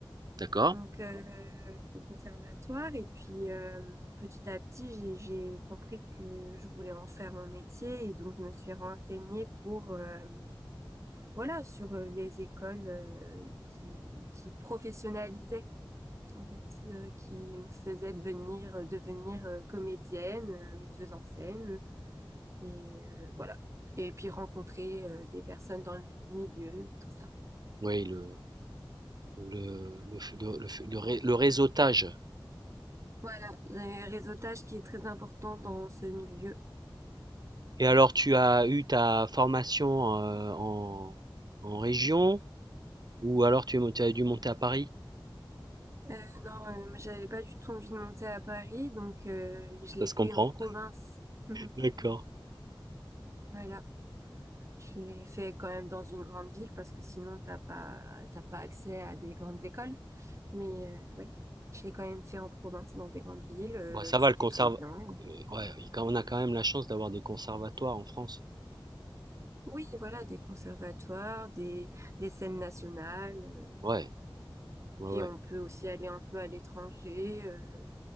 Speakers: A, on the right; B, on the right.
A: D'accord.
B: Donc, euh, au conservatoire. Et puis, euh, petit à petit, j'ai, j'ai compris que je voulais en faire mon métier. Et donc, je me suis renseignée pour, euh, voilà, sur euh, les écoles euh, qui, qui professionnalisaient, en fait, euh, qui me faisaient devenir, euh, devenir euh, comédienne, euh, metteuse en scène. Et euh, voilà. Et puis, rencontrer euh, des personnes dans le milieu, tout ça.
A: Oui, le le le f le le f le ré le réseautage
B: Voilà, le réseautage qui est très important dans ce milieu.
A: et alors tu as eu ta formation, heu, en en région? Ou alors tu es mon tu as dû monter à Paris?
B: Euh, non, euh, j'avais pas du tout envie de monter à Paris, donc euh, je
A: Ça
B: l'ai
A: se
B: fait
A: comprend.
B: en province. <laughs>
A: D'accord.
B: voilà, je l'ai fait quand même dans une grande ville parce que sinon t'as pas t'as pas accès à des grandes écoles. Mais oui, je l'ai quand même fait en province, dans des grandes villes. Euh,
A: Bah, ça
B: C'était
A: va le conserv
B: très bien.
A: heu, ouais, il quand on a quand même la chance d'avoir des conservatoires en France.
B: Oui, voilà, des conservatoires, des des scènes nationales. Euh,
A: Ouais, ouais,
B: puis
A: ouais.
B: on peut aussi aller un peu à l'étranger. Euh,